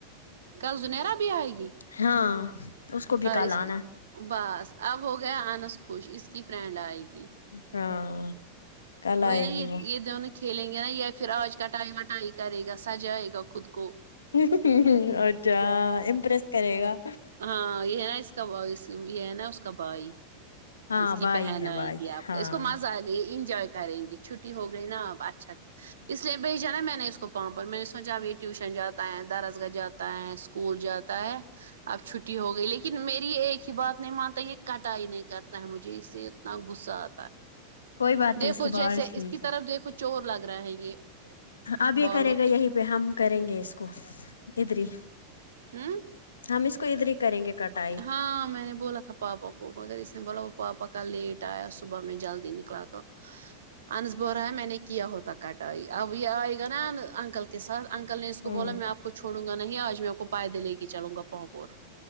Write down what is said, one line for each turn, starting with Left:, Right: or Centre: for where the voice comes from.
Right: کل زنیرہ بھی آئے گی
Left: ہاں اس کو بھی کل
Right: اس
Left: آنا
Right: بس اب ہو گیا آنس خوش اس کی فرینڈ آئے گی
Left: ہاں کل
Right: وہی
Left: آئے
Right: نا یہ
Left: گی وہ
Right: یہ دونوں کھیلیں گے نا یہ پھر آج کٹائی وٹائی کرے گا سجائے گا خود کو
Left: اچھا ہاں امپرس کرے گا
Right: ہاں یہ ہے نا اس کا بائس یہ ہے نا اس کا بھائی
Left: ہاں
Right: اس کی
Left: بھائی
Right: بہن
Left: ہے
Right: آئے
Left: بھائی
Right: گی آپ
Left: ہاں
Right: کا اس کو مزہ آ گئی انجوائے کریں گی چھٹی ہو گئی نا اب اچھا اس لیے بھیجا نا میں نے اس کو پا پر میں نے سوچا اب یہ ٹیوشن جاتا ہے در اس گاہ جات تا ہے اسکول جاتا ہے اب چھٹی ہوگئی لیکن میری ایک ہی بات نہیں مانتا یہ کٹائی نہیں کر تا ہے مجھے اس سے اتنا غصہ آتا ہے
Left: کوئی بات
Right: دیکھو
Left: نہیں اس کے بال
Right: جیسے
Left: ٹھیک
Right: اس کی
Left: ہے
Right: طرف دیکھو چور لگ رہا ہے یہ
Left: اب یہ
Right: بالوں
Left: کرے گا یہی
Right: سے
Left: پہ ہم کریں گے اس کو ادھر ہی
Right: ہوں
Left: ہم اس کو ادھر ہی کریں گے کٹائی
Right: ہاں میں نے بولا تھا پاپا کو مگر اس نے بولا وہ پاپا کا لیٹ آیا صبح میں جلدی نکلا تو انس بول رہا ہے میں نے کیا ہوتا کٹائی اب یہ آئے گا نا ان انکل کے ساتھ انکل نے اس کو
Left: ہوں
Right: بولا میں آپ کو چھوڑوں گا نہیں آج میں آپ کو پائدل لے کے چلوں گا پوں پور